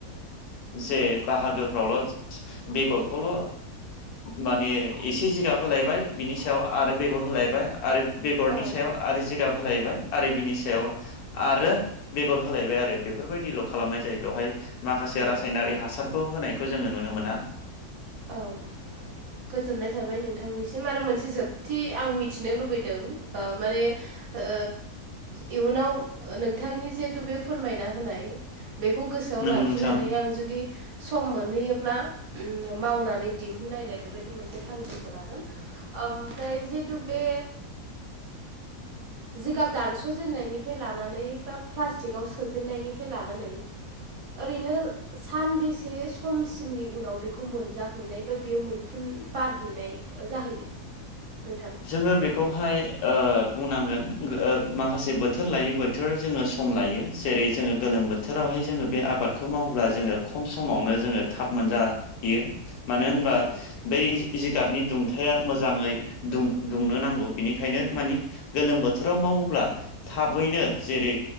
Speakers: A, on the left; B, on the right.
A: जे बाहागोफ्रावल' बेगरखौल' माने एसे जिगाब होलायबाय बिनि सायाव आरो बेगर होलायबाय आरो बेगरनि
B: औ
A: सायाव आरो जिगाब होलायबाय आरो बिनि सायाव आरो बेगर होलायबाय आरो बेफोरबायदिल' खालामनाय जायो बेवहाय माखासे
B: औ
A: रासायनारि हासारखौ होनायखौ जोङो नुनो मोना
B: औ गोजोननाय थाबाय नोंथांनिसिम आरो मोनसे जोबथि आं मिथिनो लुबैदों माने ओ इयुनाव नोंथांनि जिहेथु बे फोरमायना होनाय बेखौ गोसोआव
A: नंगौ
B: लाखिनानै
A: नोंथां
B: आं जुदि सम मोनहैयोब्ला मावनानै दिहुनलनाय बेबायदि मोनसे थांखिखौ लागोन ओमफ्राय जिहेथु बे जिगाब दानस'जेननायनिफ्राय लानानै बा प्लास्टिकआव सोजेननायनिफ्राय लानानै ओरैनो सानबेसे समसिमनि उनाव बेखौ मोनजाहैनाय बा बेयो मैख खुन बारहैनाय जाहैयो नोंथां
A: जोङो बेखौहाय बुंनांगोन माखासे बोथोर लायै <unintelligible> बोथोर जोङो सम लायो जेरै जोङो गोलोम बोथोरावहाय जोङो बे आबादखौ माव्ला जोङो खम समावनो जोङो थाब मोनजा हयो मानो होनबा
B: औ
A: बै जिगाबनि दुंथाया मोजाङै दुं दुंनो नांगौ बिनिखायनो मानि गोलोम बोथोराव मावोब्ला थाबैनो जेरै